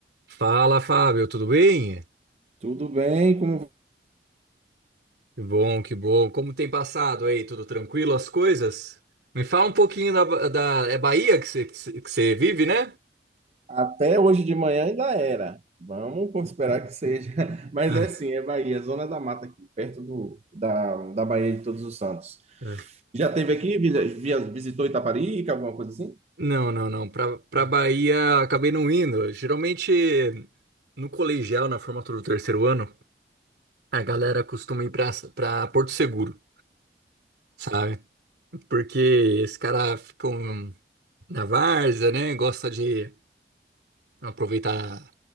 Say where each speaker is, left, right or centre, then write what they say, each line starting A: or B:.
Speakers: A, on the right (about 70°); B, on the right (about 35°).
A: Fala, Fábio, tudo bem?
B: Tudo bem, como
A: Que bom, que bom. Como tem passado aí? Tudo tranquilo as coisas? Me fala um pouquinho da, da- é Bahia que você que você- que você vive, né?
B: até hoje de manhã ainda era. Vamos esperar que seja. <laughs> Mas
A: <laughs>
B: é sim, é Bahia, Zona da Mata aqui, perto do, da, da Bahia de Todos os Santos.
A: É.
B: Já teve aqui, vi- vi- visitou Itaparica, alguma coisa assim?
A: Não, não, não. Pra, pra Bahia acabei não indo. Geralmente no colegial, na formatura do terceiro ano, a galera costuma ir pra, pra Porto Seguro, sabe? Porque esses caras ficam na várzea, né? Gosta de aproveitar